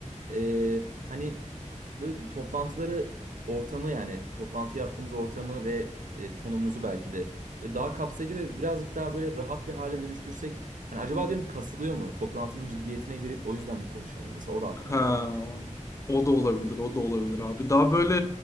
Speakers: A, on the right; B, on the left.
A: e, hani böyle toplantıları ortamı yani toplantı yaptığımız ortamı ve e, tonumuzu belki de böyle daha kapsayıcı ve birazcık daha böyle rahat bir hale dönüştürsek hani acaba
B: hı.
A: diyorum kasılıyor mu? Toplantının ciddiyetine girip o yüzden mi konuşamıyor? Mesela o da aklıma
B: Ha,
A: geldi.
B: o da olabilir, o da olabilir abi. Daha böyle